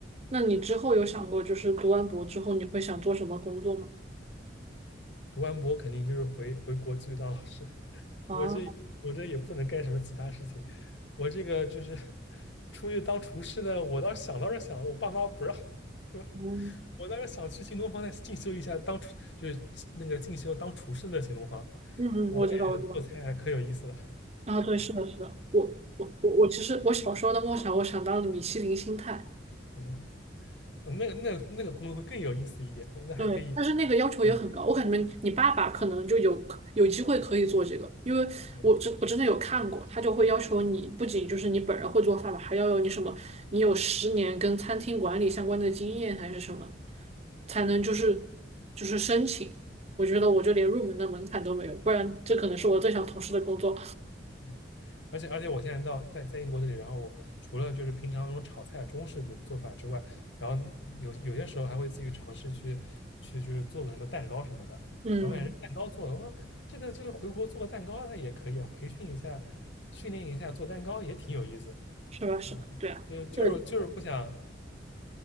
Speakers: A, on the right (about 35°); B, on the left (about 75°).
A: 那你之后有想过就是读完博之后你会想做什么工作吗？
B: 读完博肯定就是回回国继续当老师。
A: 啊，
B: 我这我这也不能干什么其他事情，我这个就是出去当厨师呢，我倒是想倒是想了，我爸妈不让，对吧？
A: 嗯
B: 我当时想去新东方再进修一下当厨，就是那个进修当厨师的新东方，
A: 嗯嗯，
B: 我感觉做菜还可有意思了，
A: 我知道，我知道。啊，对，是的，是的。我我我我其实我小时候的梦想，我想当米其林星探。
B: 嗯，那那那个工作会更有意思一点，那还可以，
A: 对，但是那个要求也很高。
B: 对，
A: 我感觉你爸爸可能就有有机会可以做这个，因为我真我真的有看过，
B: 嗯
A: 他就会要求你不仅就是你本人会做饭吧，还要有你什么，你有十年跟餐厅管理相关的经验还是什么，才能就是就是申请。我觉得我就连入门的门槛都没有，不然这可能是我最想从事的工作。
B: 嗯，而且而且我现在到在在英国这里，然后我除了就是平常那种炒菜中式的做法之外，然后有有些时候还会自己尝试去去就是做个什么蛋糕什么的，
A: 嗯，
B: 然后感觉蛋糕做的，我说这个这个回国做个蛋糕它也可以啊，培训一下，训练一下做蛋糕也挺有意思，
A: 是吧？是吧？
B: 嗯，
A: 对啊。
B: 就就是就是不想
A: 对。